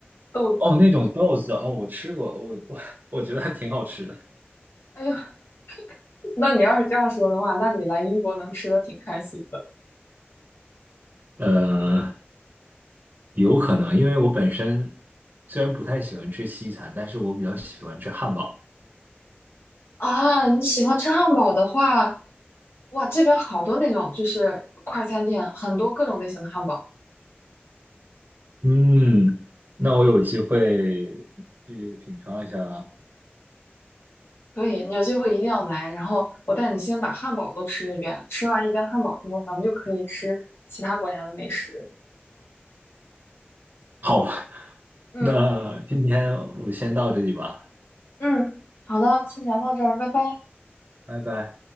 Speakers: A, on the left; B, on the right.
A: 豆子。
B: 哦，那种豆子哦，我吃过，我我我觉得还挺好吃的。
A: 哎呦，<laughs> 那你要是这样说的话，那你来英国能吃的挺开心的
B: 呃，有可能，因为我本身虽然不太喜欢吃西餐，但是我比较喜欢吃汉堡。
A: 啊。你喜欢吃汉堡的话，哇，这边好多那种就是快餐店，很多各种类型的汉堡。
B: 嗯，那我有机会去品尝一下了。
A: 可以，你有机会一定要来。然后我带你先把汉堡都吃一遍，吃完一遍汉堡之后，咱们就可以吃其他国家的美食。
B: 好，
A: 嗯，
B: 那今天我先到这里吧，
A: 嗯，好的，先聊到这儿，拜拜。
B: 拜拜。